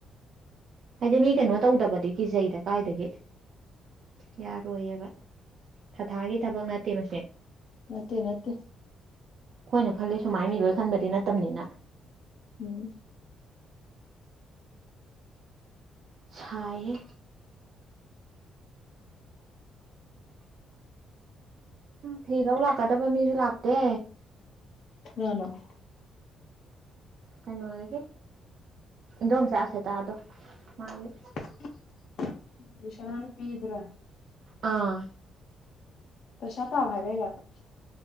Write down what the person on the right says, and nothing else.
ꯍꯥꯏꯗꯤ ꯃꯤ ꯀꯩꯅꯣ ꯇꯧꯗꯕꯗꯤ ꯀꯤꯖꯩꯗ ꯀꯥꯏꯗꯒꯤ ꯌꯥꯔꯣꯏꯌꯦꯕ ꯊꯊꯥꯒꯤ ꯊꯕꯛ ꯅꯠꯇꯦ ꯃꯁꯦ
ꯈꯣꯏꯅ ꯈꯜꯂꯤ ꯁꯨꯃꯥꯏ ꯃꯤ ꯂꯣꯏ ꯈꯟꯕꯗꯤ ꯅꯠꯇꯕꯅꯤꯅ
ꯁꯥꯏꯑꯦ ꯐꯤ ꯂꯧ ꯂꯥꯛꯀꯗꯕ ꯃꯤꯁꯨ ꯂꯥꯛꯇꯦ
ꯀꯩꯅꯣꯒꯤ ꯏꯟꯗꯣꯝꯆꯥꯥ ꯑꯁꯥꯇꯥꯗꯣ ꯃꯥꯒꯤ
ꯑꯥ